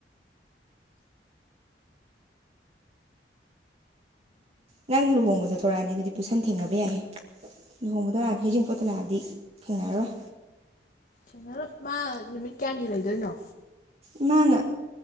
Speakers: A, on the right (about 35°); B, on the left (about 50°).
A: ꯅꯪ ꯂꯨꯍꯣꯡꯕꯗꯣ ꯊꯣꯔꯛꯑꯗꯤ ꯑꯗꯨꯗꯤ ꯄꯨꯁꯟ ꯊꯦꯡꯅꯕ ꯌꯥꯏꯍꯦ ꯂꯨꯍꯣꯡꯕꯗ ꯂꯥꯛꯑꯗꯤ ꯍꯩꯖꯤꯡꯄꯣꯠꯇ ꯂꯥꯛꯑꯗꯤ ꯊꯦꯡꯅꯔꯔꯣꯏ
B: ꯊꯦꯡꯅꯔꯣ ꯃꯥ ꯅꯨꯃꯤꯠ ꯀꯌꯥꯅꯤ ꯂꯩꯗꯣꯏꯅꯣ
A: ꯏꯃꯥꯅ